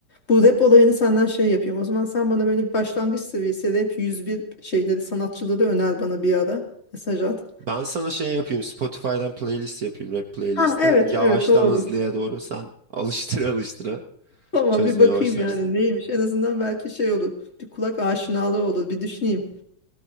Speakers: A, on the left; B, on the right.
A: bu rap olayını senden şey yapayım. O zaman sen bana böyle bir başlangıç seviyesi rap 101 şeyleri sanatçıları öner bana bir ara. Mesaj at.
B: Ben sana şey yapayım Spotify'dan playlist yapayım rap playlisti.
A: Ha evet
B: Yavaştan
A: evet doğru.
B: hızlıya doğru sen alıştıra alıştıra
A: Tamam
B: çözmeye
A: bir bakayım
B: başlarsın.
A: yani neymiş. En azından belki şey olur. Bir kulak aşinalığı olur. Bir düşüneyim.